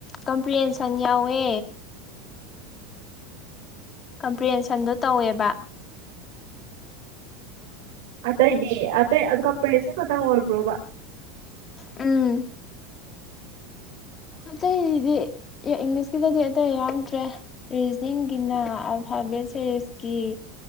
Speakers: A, on the left; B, on the right.
A: ꯀꯝꯄ꯭ꯔꯦꯟꯁꯟ ꯌꯥꯎꯋꯦ꯫ ꯀꯝꯄ꯭ꯔꯦꯟꯁꯟꯗꯣ ꯇꯧꯋꯦꯕ꯫
B: ꯑꯇꯩꯗꯤ ꯑꯇꯩ ꯀꯝꯄ꯭ꯔꯦꯟꯁꯟ ꯈꯛꯇꯪ ꯑꯣꯏꯕ꯭ꯔꯣꯕ꯫
A: ꯎꯝ꯫ ꯑꯇꯩꯗꯤ ꯏꯪꯂꯤꯁꯀꯤꯗꯗꯤ ꯑꯇꯩ ꯌꯥꯎꯗ꯭ꯔꯦ ꯔꯤꯖꯅꯤꯡꯒꯤꯅ ꯐꯥꯕꯦꯠ ꯁꯤꯔꯤꯁꯀꯤ